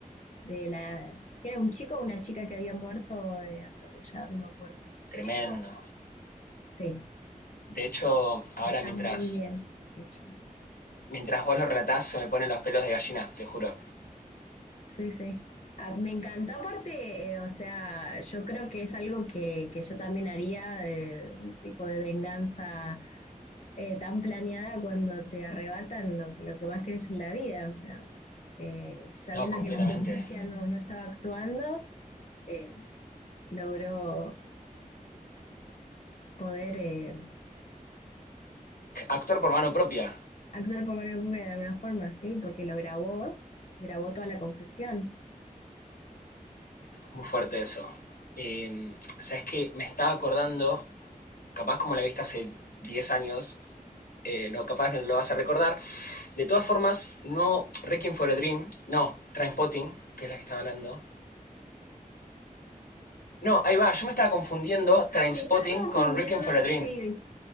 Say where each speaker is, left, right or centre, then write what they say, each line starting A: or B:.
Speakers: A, on the left; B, on the left.
A: de la... ¿Era un chico o una chica que había muerto eh, atropellado? No me acuerdo. ¿Un
B: Tremendo.
A: chico? Sí,
B: De hecho, ahora
A: está
B: mientras,
A: muy bien hecho.
B: mientras vos lo relatás se me ponen los pelos de gallina, te juro.
A: Sí, sí. Ah, me encantó aparte, eh, o sea, yo creo que es algo que, que yo también haría, eh, un tipo de venganza eh, tan planeada cuando te arrebatan lo, lo que más querés en la vida, o sea, eh, sabiendo
B: No, completamente.
A: que la justicia no, no estaba actuando, eh, logró poder eh,
B: Actor por mano propia.
A: actuar por mano propia de alguna forma, ¿sí? Porque lo grabó, grabó toda la confesión.
B: Muy fuerte eso. Eh, Sabes que me estaba acordando, capaz como la viste hace 10 años, eh, no, capaz no lo vas a recordar. De todas formas, no Requiem for a Dream, no, Trainspotting, que es la que estaba hablando, No, ahí va. Yo me estaba confundiendo
A: Ah,
B: Trainspotting
A: te estás confundiendo,
B: con Requiem for a Dream.
A: sí,